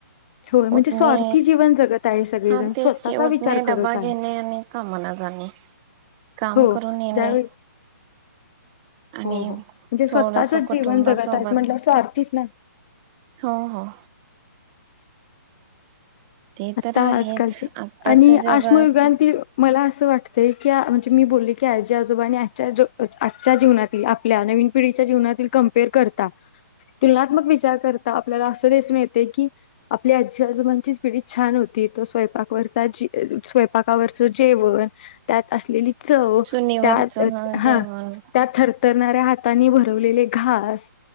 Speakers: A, on the left; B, on the right.
A: होय म्हणजे
B: उठणे
A: स्वार्थी जीवन जगत आहे सगळेजण
B: हा तेच
A: स्वतःचा
B: की उठणे
A: विचार करत
B: डबा
A: आहे.
B: घेणे आणि कामाना जाणे काम
A: हो
B: करून येणे
A: ज्यावेळी
B: आणि
A: हो हो म्हणजे स्वतःच
B: थोडस कुटुंबासोबत
A: जीवन जगत आहेत म्हटलं स्वार्थीच नाही
B: हो हो. ते
A: आता
B: तर आहेच
A: आजकालचे
B: आत्ताच्या
A: आणि
B: जगात
A: आश्मयुगांतील मला असं वाटतं ते की आ म्हणजे मी बोलले की आजी आजोबानी आजच्या जो आ आजच्या जीवनातील आपल्या नवीन पिढीच्या जीवनातील कमपेअर करता तुलनात्मक विचार करत आपल्याला अस दिसून येते की आपली आजी आजोबांचीच पिढी छान होती तो स्वयपावरच जी स्वयपाकावरच जेवण त्यात असलेली सौ
B: चुनीवरचं
A: त्या तर हा
B: जेवण
A: त्या थर उतरणाऱ्या हातांनी भरवलेले घास